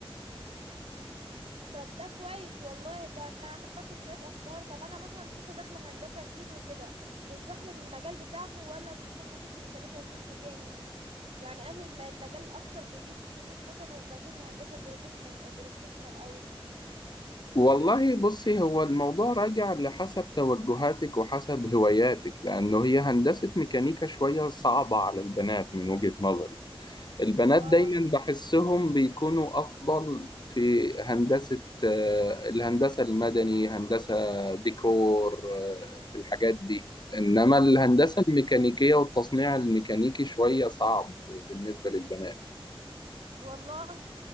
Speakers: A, on the right; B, on the left.
A: طب ده كويس والله ده انا احب اخد شوية افكار طب انا مثلا لسه داخلة هندسة جديد وكده تنصحني بالمجال بتاعكو ولا تنصحني اخش ميكانيكا قسم تاني يعني انهي الم- المجال الاكثر بيجيب فلوس مثلا وكشغل هندسة بروفيشنال بروفيشنال قوي
B: والله بصي هو الموضوع راجع لحسب توجهاتك وحسب هواياتك لأنه هي هندسة ميكانيكا شوية صعبة على البنات من وجهة نظري البنات
A: اه
B: دايما بحسهم بيكونوا أفضل في هندسة آه، الهندسة المدني هندسة ديكور آه، في الحاجات دي إنما الهندسة
A: اه
B: الميكانيكية والتصنيع الميكانيكي شوية صعب بالنسبة للبنات
A: والله